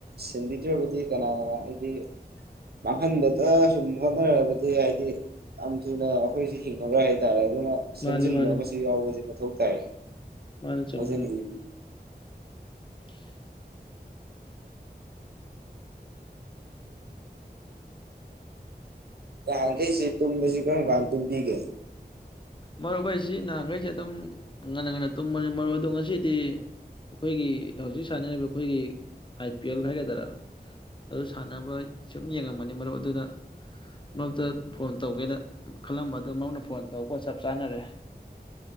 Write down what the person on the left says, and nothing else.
ꯎꯝ
ꯃꯥꯅꯤ ꯃꯥꯅꯤ
ꯃꯥꯅꯤ ꯆꯨꯝꯃꯤ
<inaudible>
ꯃꯔꯨꯞ ꯑꯩꯁꯤ ꯅꯍꯥꯟꯈꯩꯁꯦ ꯑꯗꯨꯝ ꯉꯟꯅ ꯉꯟꯅ ꯇꯨꯝꯕꯅꯤ ꯃꯔꯨꯞ ꯑꯗꯣ ꯉꯁꯤꯗꯤ ꯑꯩꯈꯣꯏꯒꯤ ꯍꯧꯖꯤꯛ ꯁꯥꯟꯅꯔꯤꯕ ꯑꯩꯈꯣꯏꯒꯤ ꯑꯥꯏ ꯄꯤ ꯑꯦꯜ ꯍꯥꯏꯒꯗꯔꯥ ꯑꯗꯨ ꯁꯥꯟꯅꯕ ꯁꯨꯝ ꯌꯦꯡꯉꯝꯕꯅꯦ ꯃꯔꯨꯞ ꯑꯗꯨꯗ ꯃꯔꯨꯞꯇ ꯐꯣꯟ ꯇꯧꯒꯦꯅ ꯈꯜꯂꯝꯕ ꯑꯗꯨ ꯃꯧꯅ ꯐꯣꯟ ꯇꯧꯕ ꯆꯞ ꯆꯥꯅꯔꯦ